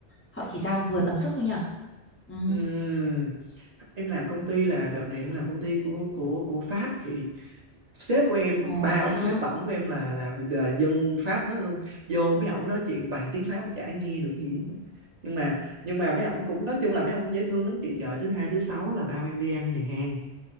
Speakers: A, on the left; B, on the right.
A: họ chỉ giao vừa tầm sức thôi nha ừ
B: ừ em làm công ty là đợt này em làm công ty của của của Pháp chị sếp của em
A: ồ
B: ba ông
A: vậy hả
B: sếp tổng của em là là là dân Pháp hết luôn vô mấy ổng nói chuyện toàn tiếng Pháp mà chả nghe được gì hết nhưng mà nhưng mà mấy ổng cũng nói chung là mấy ổng cũng dễ thương lắm chị trời thứ hai thứ sáu là bao em đi ăn nhà hàng